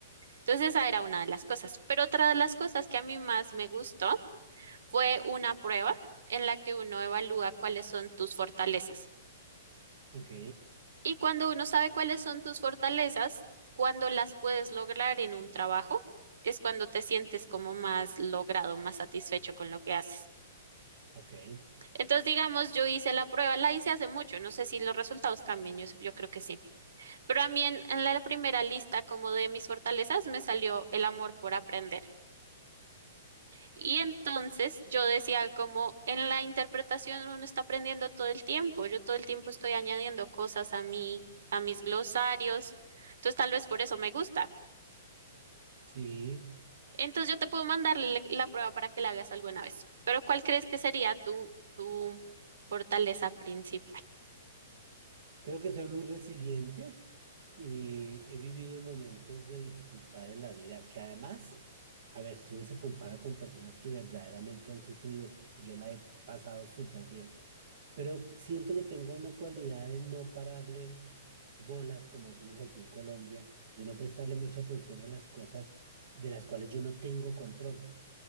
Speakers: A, on the right; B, on the right.
A: Entonces esa era una de las cosas. Pero otra de las cosas que a mí más me gustó fue una prueba en la que uno evalúa cuáles son tus fortalezas.
B: Ok,
A: Y cuando uno sabe cuáles son tus fortalezas, cuando las puedes lograr en un trabajo, es cuando te sientes como más logrado, más satisfecho con lo que haces.
B: ok. Eh,
A: Entonces, digamos, yo hice la prueba, la hice hace mucho, no sé si los resultados cambian, yo, yo creo que sí. Pero a mí en, en la primera lista como de mis fortalezas me salió el amor por aprender. Y entonces yo decía como en la interpretación uno está aprendiendo todo el tiempo, yo todo el tiempo estoy añadiendo cosas a mi, a mis glosarios, entonces tal vez por eso me gusta.
B: Sí,
A: Entonces yo te puedo mandarle la prueba para que la hagas alguna vez, pero ¿cuál crees que sería tu, tu fortaleza principal?
B: creo que soy muy resiliente y he vivido momentos de dificultad en la vida que además, a ver, si uno se compara con personas que verdaderamente han sufrido, yo la he pasado súper bien. Pero siento que tengo una cualidad de no pararle bolas, como decimos aquí en Colombia, de no prestarle mucha atención a las cosas de las cuales yo no tengo control.